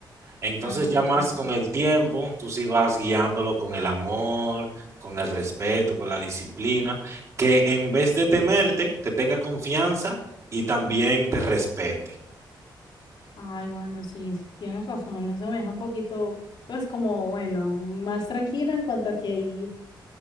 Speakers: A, on the right; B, on the left.
A: Entonces
B: Ah,
A: ya más
B: claro.
A: con el tiempo, tú sí vas guiándolo con el amor, con el respeto, con la disciplina, que en vez de temerte, te tenga confianza y también te respete.
B: Ay, bueno, sí, sí, tienes razón. Eso me deja un poquito, pues como, bueno, más tranquila en cuanto a que ahí,